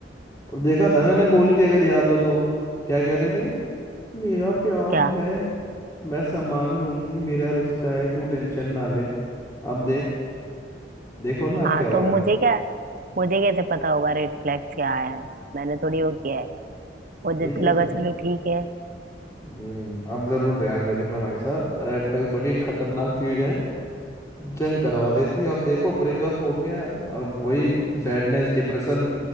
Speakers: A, on the left; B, on the right.
A: और देखा था मैंने बोल के अगर याद हो तो क्या कह रहे थे मेरा प्यार
B: क्या
A: है मैं संभाल लूंगी मेरा रिश्ता है तू टेंशन ना ले अब देख देखो ना अब
B: हाँ
A: क्या हो
B: तो
A: रहा
B: मुझे
A: है
B: क्या मुझे कैसे पता होगा रेड फ्लैग क्या है मैंने थोड़ी वो किया है मुझे
A: भाई
B: तो
A: तो
B: लगा
A: ध-
B: चलो ठीक है
A: हम्म, आप जरूर ध्यान दे करना भाई साहब रेड फ्लैग बड़ी खतरनाक चीज है जंग करवा देती है अब देखो ब्रेकअप हो गया अब वही सैडनेस डिप्रेशन